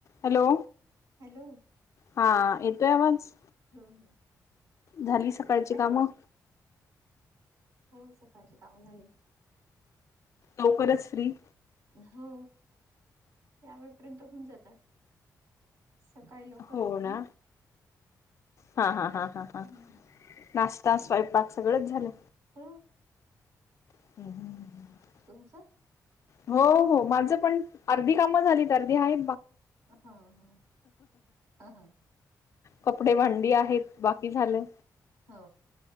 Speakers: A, on the left (about 45°); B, on the right (about 60°).
A: हॅलो
B: हॅलो
A: हा येतोय मज
B: हो हो
A: झाली
B: काय
A: सकाळची
B: करत आहे?
A: कामं
B: हो सकाळची कामं झाली.
A: लवकरच फ्री
B: हो यावेेळेपर्यंत होऊन जातात सकाळी लवकर
A: हो
B: असते
A: ना हा हा हा हा हा.
B: हम्म
A: नाश्ता स्वयंपाक सगळच झालं.
B: हम
A: हम्
B: तुमचं
A: हो हो माझं पण अर्धी कामं झालीत अर्धी आहे.
B: हा हा हा हा.
A: कपडे भांडी आहेत बाकी झाले.
B: हो